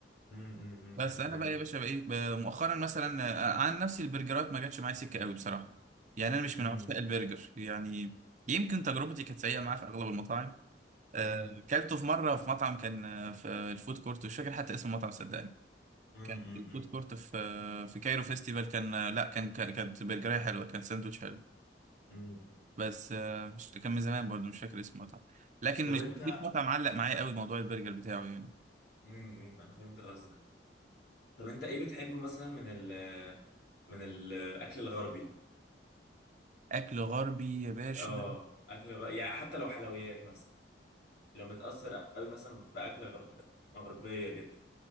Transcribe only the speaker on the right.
بس
انا
بقى يا باشا بقى ايه ب- مؤخرا مثلا آه، عن نفسي البرجرات ما جاتش معايا سكه قوي بصراحه يعني انا مش
من عشاق البرجر يعني يمكن تجربتي كانت سيئه معاه في اغلب المطاعم آه،
كلته في مره في مطعم كان آه، في الفود كورت مش فاكر حتى اسم المطعم صدقني
كان
في الفود كورت في آه، في كايرو فيستيفال كان آه، لا كان ك- كانت برجرية حلوه كان ساندوتش حلو
بس آه، مش كان من زمان برضه مش فاكر اسم المطعم لكن
مش
مفيش مطعم علق معايا قوي موضوع البرجر بتاعه يعني
اكل غربي يا باشا